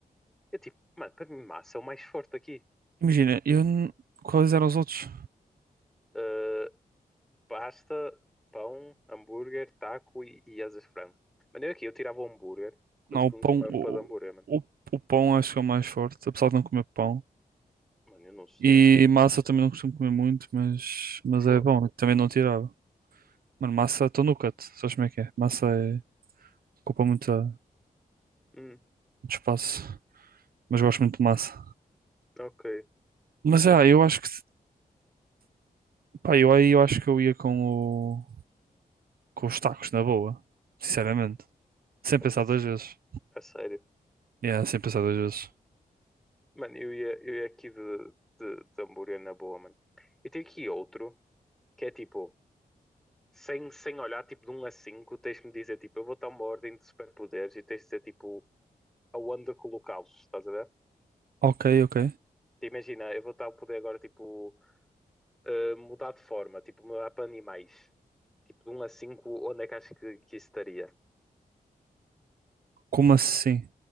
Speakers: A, in the centre; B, on the right (about 80°).
A: Eu tipo, mano, para mim massa é o mais forte aqui.
B: imagina, eu... n- Quais eram os outros?
A: Uh, pasta, pão, hambúrguer, taco e, e asas de frango. Mano, eu aqui, eu tirava o hambúrguer.
B: Não,
A: Eles que
B: o
A: eu
B: pão...
A: não sou mais
B: O,
A: fã de hambúrguer, mano.
B: o, o pão acho que é o mais forte, apesar de não comer pão.
A: Mano, eu não sei,
B: E
A: mano.
B: massa também não costumo comer muito, mas, mas
A: Fogo.
B: é bom. eu Também não tirava. Mano, massa estou no cut. Sabes como é que é? Massa é, ocupa muito, ah, muito
A: Hum,
B: espaço. Mas gosto muito de massa.
A: ok.
B: Mas ah, eu acho que pá, eu aí eu acho que eu ia com o com os tacos na boa. Sinceramente. Sem
A: Opa,
B: pensar
A: s-
B: duas vezes.
A: a sério.
B: Yeah, sem pensar duas vezes.
A: Mano, eu ia, eu ia aqui de, de, de hambúrguer na boa, mano. E tem aqui outro, que é tipo, sem, sem olhar, tipo de um a 5 tens de me dizer, tipo, eu vou dar uma ordem de superpoderes e tens de dizer, tipo, aonde colocá-los, estás a ver?
B: Ok, ok.
A: Te Imagina, eu vou dar o poder agora, tipo, eh, mudar de forma, tipo, mudar para animais. Tipo, de um a 5 onde é que acho que, que isso estaria?
B: Como assim?